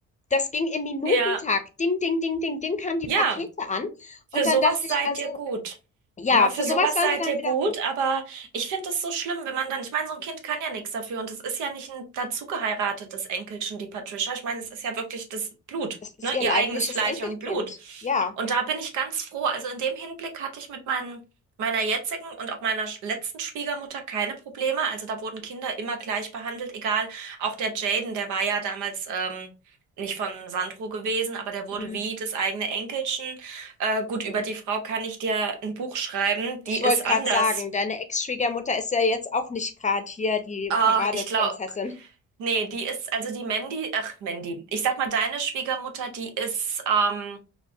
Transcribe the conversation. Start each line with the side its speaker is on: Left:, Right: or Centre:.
Left: Das ging im Minutentakt.
Right: Ja.
Left: Ding, ding, ding, ding, ding kamen die
Right: Ja,
Left: Pakete an.
Right: Für
Left: Und
Right: sowas
Left: dann dachte ich
Right: seid
Left: also,
Right: ihr gut.
Left: ja,
Right: Na, für
Left: für
Right: Ja.
Left: sowas
Right: sowas
Left: waren
Right: seid
Left: wir dann
Right: ihr gut,
Left: wieder gut.
Right: aber ich finde es so schlimm, wenn man dann, ich meine, so ein Kind kann ja nichts dafür und es ist ja nicht ein dazu geheiratetes Enkelchen, die Patricia. Ich meine, es ist ja wirklich das Blut,
Left: Das ist
Right: ne?
Left: ihr
Right: Ihr
Left: leibliches
Right: eigenes Fleisch
Left: Enkelkind.
Right: und Blut.
Left: Ja.
Right: Und da bin ich ganz froh. Also in dem Hinblick hatte ich mit meinen, meiner jetzigen und auch meiner sch- letzten Schwiegermutter keine Probleme. Also da wurden Kinder immer gleich behandelt, egal. Auch der Jaden, der war ja damals, ähm, nicht von Sandro gewesen, aber der wurde
Left: Hm.
Right: wie das eigene Enkelchen äh, gut, über die Frau kann ich dir ein Buch schreiben.
Left: Ich
Right: Die ist
Left: wollte gerade
Right: anders.
Left: sagen, deine Ex-Schwiegermutter ist ja jetzt auch nicht gerade hier die
Right: Ah,
Left: Paradeprinzessin.
Right: ich glaube, nee, die ist, also die Mandy, ach, Mandy. Ich sag mal, deine Schwiegermutter, die ist ähm,